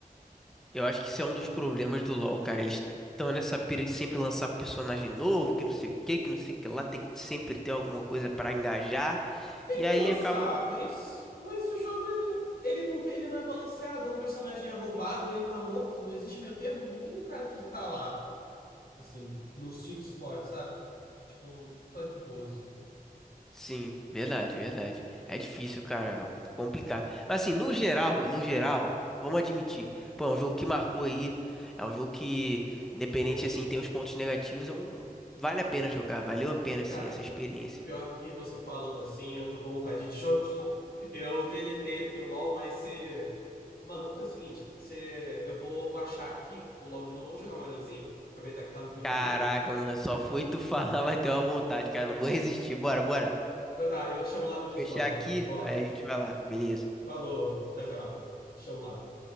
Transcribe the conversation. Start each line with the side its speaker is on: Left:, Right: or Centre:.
Centre: eu acho que isso é um
Left: Bo-
Centre: dos problemas do LoL, cara. Eles estão nessa pira de sempre lançar personagem novo, que não sei o que, que não sei o que lá, tem que sempre ter alguma coisa pra engajar,
Left: Tem
Centre: e aí
Left: que lançar,
Centre: acaba.
Left: mas, mas o jogo ele, ele não tem, ele não é balanceado, ou o personagem é roubado, ou ele tá morto, não existe meio termo, não tem um cara que tá lá, assim, no sweet spot, sabe? Tipo, só de boas.
Centre: Sim, verdade, verdade. É difícil, cara, complicado. Mas assim, no geral, no geral, vamos admitir, pô, é um jogo que marcou aí, é um jogo que, independente
Left: Uhum.
Centre: assim, tem os pontos negativos, é um... vale a pena jogar, valeu a pena,
Left: Cara,
Centre: assim, essa experiência.
Left: pior que você falando assim, eu tô com vontade de jogar. <laughs> Eu deletei aqui o LoL, mas você. Mano, eu fazer o seguinte: você... eu vou baixar aqui o LoL de novo, vamos jogar um Marãozinho? Aproveitar que tá no fim do
Centre: Caraca,
Left: dia?
Centre: mano, só fui tu <laughs> falar, vai ter uma vontade, cara. Não vou resistir. Bora, bora.
Left: Então tá, eu te chamo lá no
Centre: Vou
Left: Discord,
Centre: fechar aqui,
Left: mano. Vou lá.
Centre: aí a gente vai lá. Beleza.
Left: Falou, tchau, tchau. Chama lá.